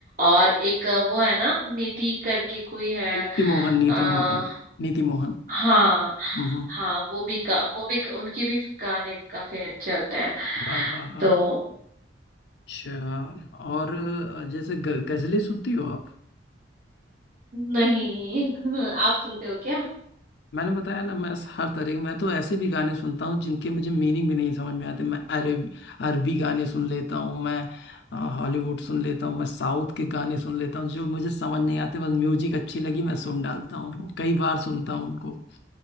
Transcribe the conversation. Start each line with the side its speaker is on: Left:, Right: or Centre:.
Right: और एक अ, वो है ना निधि करके कोई है
Left: नीति मोहन नीति
Right: आ,
Left: मोहन नीति मोहन
Right: हाँ
Left: हम्म हम्म,
Right: हाँ वो भी का वो भी उनकी भी गाने काफी अच्छे होते हैं
Left: हाँ हाँ हाँ
Right: तो
Left: अच्छा और अ, जैसे ग, गजलें सुनती हो आप
Right: नहीं <laughs> आप सुनते हो क्या
Left: मैंने बताया ना मैं हर तरह के मैं तो ऐसे भी गाने सुनता हूँ जिनके मुझे मीनिंग भी नहीं समझ में आते मैं अरब अरबी गाने सुन लेता हूँ मैं अ, हॉलीवुड सुन लेता हूँ मैं साउथ के गाने सुन लेता हूँ जो मुझे समझ नहीं आते बस म्यूजिक अच्छी लगी मैं सुन डालता हूँ कई बार सुनता हूँ उनको